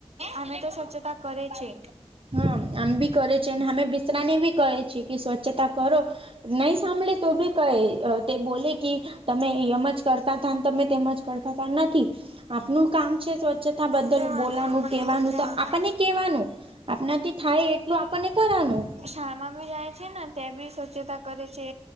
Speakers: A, on the right; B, on the right.
A: અમે તો સ્વચ્છતા કરે છે.
B: હા આમ ભી કરે છે અને હમે બિસ્રાા ને ભી કહે એ કે સ્વચ્છતા કરો. નહી સાંભળે તો બી કહે તે અ બોલે કે તમે યમ જ કરતા હતા તમે તેમજ કરતા તા નથી આપનું કામ છે સ્વ છતા બદલ
A: કેવાનું
B: બોલાનું
A: આપણને
B: કવાનું
A: કેવાનું
B: તો આપણને કેવાનું. આપણાથી થાય એટલું આપણને કરવાનું.
A: શાળામા જાય છે ને ત્યાં બી સ્વચ્છતા કરે છે.